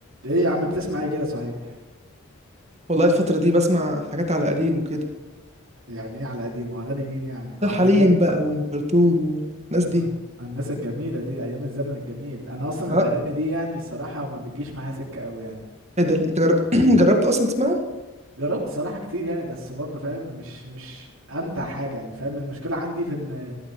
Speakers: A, on the right; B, on the right.
A: ايه يا عم بتسمع ايه كده صحيح
B: والله الفترة دي بسمع حاجات على قديم وكده
A: يعني ايه على قديمه اغاني مين يعني عمرو
B: ده الحليم
A: دياب وك...
B: بقى وأم كلثوم والناس دي
A: آه، الناس الجميله دي ايام الزمن الجميل انا اصلا
B: اه
A: الاغاني دي يعني الصراحه ما بتجيش معايا سكه قوي يعني
B: ايه ده ليه؟ جر- <clears throat> جربت أصلا تسمعه؟
A: جربت صراحه كتير يعني بس برضه فاهم مش مش امتع حاجه يعني فاهم المشكله عندي في ان